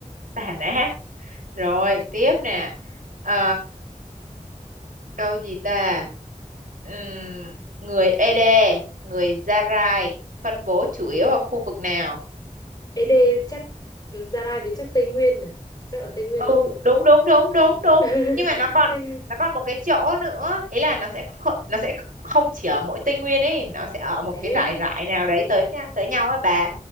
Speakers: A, on the right; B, on the left.
A: tàn á Rồi, tiếp nè. Ờ, câu gì ta? Ừm, người Ede, người Zarai phân bố chủ yếu ở khu vực nào?
B: Ế đê chắc Gia Rai với chắc Tây Nguyên à chắc ở Tây Nguyên
A: Ừ,
B: đúng không
A: đúng đúng đúng đúng đúng.
B: <laughs>
A: Nhưng mà nó còn
B: Tây Nguyên
A: nó còn một cái chỗ nữa, ý là nó sẽ kh- nó sẽ không chỉ ở mỗi Tây Nguyên ấy, nó sẽ ở một
B: thế
A: cái rải
B: á
A: rải nào đấy tới tới nhau á bà.